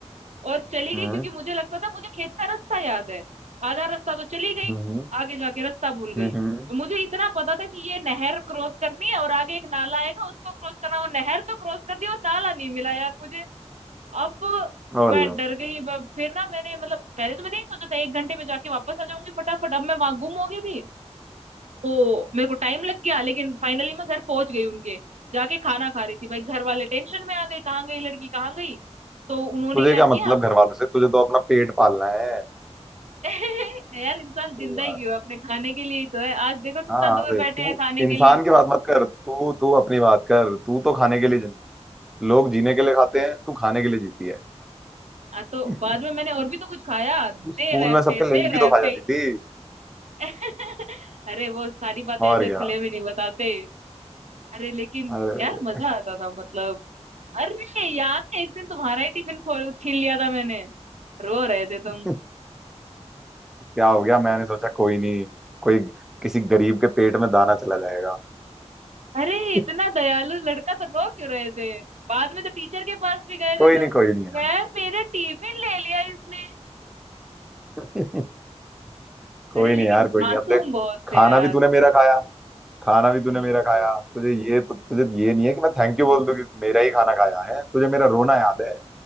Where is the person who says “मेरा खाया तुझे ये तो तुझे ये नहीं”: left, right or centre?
Centre